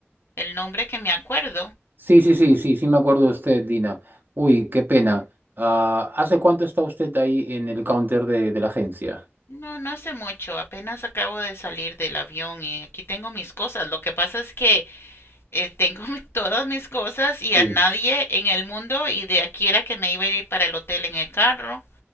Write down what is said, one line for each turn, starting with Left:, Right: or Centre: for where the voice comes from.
Left: el nombre que me acuerdo.
Right: sí, sí, sí, sí, sí me acuerdo de usted, Dina. Uy, qué pena. Ah, ¿hace cuánto está usted ahí en el counter de, de la agencia?
Left: No, no hace mucho, apenas acabo de salir del avión y aquí tengo mis cosas. Lo que pasa es que eh, tengo mi- <laughs> todas mis cosas y
Right: Sí.
Left: a nadie en el mundo y de aquí era que me iba a ir para el hotel en el carro